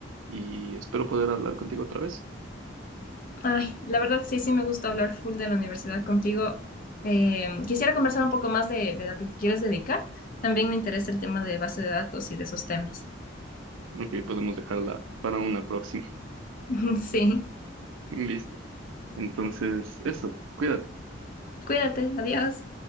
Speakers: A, on the right; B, on the left.
A: y espero poder hablar contigo otra vez.
B: Ay, la verdad sí, sí me gusta hablar full de la universidad contigo. Eh, quisiera conversar un poco más de, de lo que te quieres dedicar. También me interesa el tema de base de datos y de esos temas.
A: Ok, podemos dejarla para una próxima.
B: <laughs> Sí,
A: <laughs> Listo. Entonces, eso, cuídate.
B: cuídate, adiós.